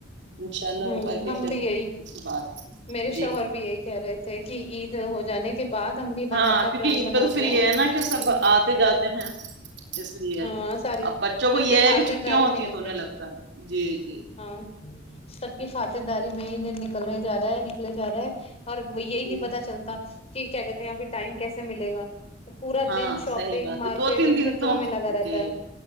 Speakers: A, on the right (about 65°); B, on the left (about 35°).
A: انشاء اللہ
B: ہوں
A: وہ کر کے
B: ہم
A: پھر
B: بھی گئی
A: اس کے بعد
B: میرے
A: جی
B: شوہر بھی یہی کہہ رہے تھے کہ عید ہو جانے کے بعد ہم بھی
A: ہاں
B: باہر کا
A: کیونکہ
B: پلان
A: عید
B: بناتے
A: پہ تو پھر یہ
B: ہیں
A: ہے نا کہ سب آتے جاتے ہیں لیے
B: ہاں ساریے
A: اب بچوں کو
B: سب
A: یہ
B: کی خاطرداری
A: ہے کہ چھٹیاں ہوتی
B: میں لگ
A: ہیں تو انہیں
B: رہے
A: لگتا ہے جی جی
B: ہاں سب کی خاطرداری میں ک دن نکلنے جا رہا ہے نکلے جا رہا ہے اور یہی
A: جی
B: نہیں پتا چلتا کہ کیا کہتے ہیں ابھی ٹائم کیسے ملے گا پورا
A: ہاں
B: دن شاپنگ
A: صحیح بات
B: مارکیٹ
A: ہے دو تین
B: ان
A: دن
B: چکروں
A: تو
B: میں لگا رہتا
A: جی
B: ہے